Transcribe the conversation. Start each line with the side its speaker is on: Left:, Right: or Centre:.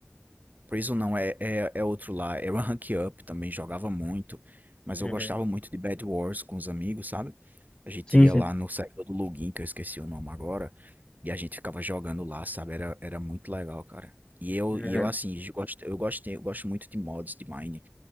Right: Prison não, é, é, é outro lá. Era Rank Up também, jogava muito. Mas
Left: Uhum.
Right: eu gostava muito de Bed Wars com os amigos, sabe? A gente
Left: Sim,
Right: ia
Left: sim.
Right: lá no servidor do Login, que eu esqueci o nome agora. E a gente ficava jogando lá, sabe? Era, era muito legal, cara. E eu,
Left: Uhum,
Right: e eu assim, gosto, eu gostei, eu gosto muito de mods de Mine.